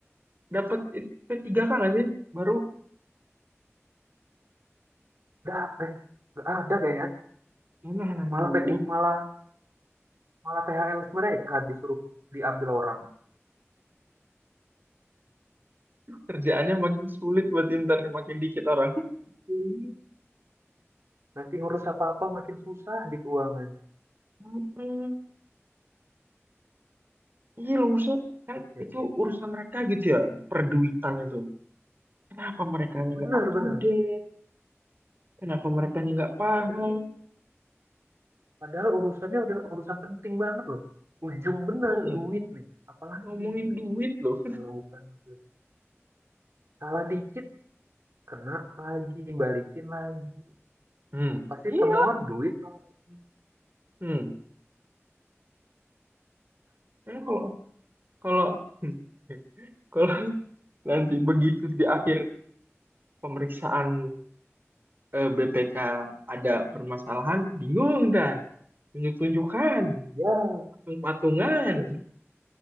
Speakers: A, on the right (about 45°); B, on the right (about 65°).
A: dapat p tiga k nggak sih? Baru,
B: Udah eh nggak ada kayaknya.
A: mana aduh,
B: Malah peting malah malah THL mereka disuruh diambil orang.
A: kerjaannya makin sulit buat Inter nih, makin dikit orang.
B: Ih, Nanti ngurus apa-apa makin susah di keuangan.
A: Mm-mm. Iya loh, maksudnya kan
B: Oke,
A: itu
B: oke.
A: urusan
B: Nah,
A: mereka gitu ya, perduitan itu. Kenapa mereka nggak
B: Bener,
A: up to
B: bener.
A: date? Kenapa mereka nggak paham?
B: Padahal, padahal urusannya udah urusan penting banget loh. Ujung bener
A: Hmm,
B: duit nih. Apalagi
A: ngomongin duit loh.
B: kalau bukan itu. salah dikit kena lagi balikin lagi
A: Hmm,
B: pasti
A: iya.
B: temuan duit lagi
A: Hmm. Kan kalau kalau hmm, kalau <laughs> nanti begitu di akhir pemeriksaan eh, BPK ada permasalahan, bingung ntar. Tunjuk-tunjukkan,
B: <laughs> ya
A: patung-patungan.
B: terus